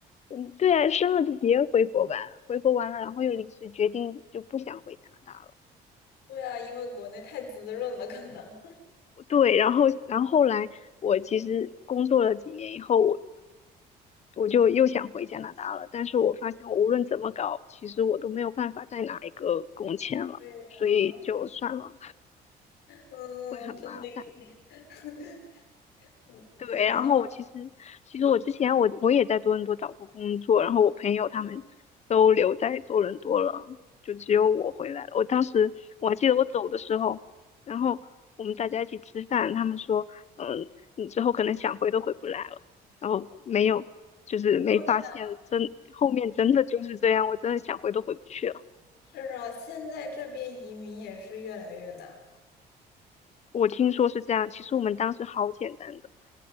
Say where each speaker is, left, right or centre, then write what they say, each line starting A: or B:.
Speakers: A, on the left (about 40°); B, on the left (about 80°).
A: 嗯对啊，生了就别回国吧，回国完了，然后又临时决定就不想回加拿大了。
B: 对啊，因为国内太滋润了，可能。<laughs>
A: 对，然后然后后来我其实工作了几年以后，我我就又想回加拿大了，但是我发现我无论怎么搞，其实我都没有办法再拿一个工签了，
B: 对呀，
A: 所以就算了，
B: 嗯，
A: 会很麻烦。
B: 真的有点，<laughs> 嗯嗯呢，
A: 对，然后我其实其实我之前我我也在多伦多找过工作，然后我朋友他们都留在多伦多了，
B: 嗯，
A: 就只有我回来了。我当时我还记得我走的时候，然后我们大家一起吃饭，他们说，嗯，你之后可能想回都回不来了。然后没有，就是没发现真后面真的就是这样，
B: 对呀
A: 我真的想回都回不去了。
B: 是啊，现在这边移民也是越来越难了。
A: 我听说是这样，其实我们当时好简单的。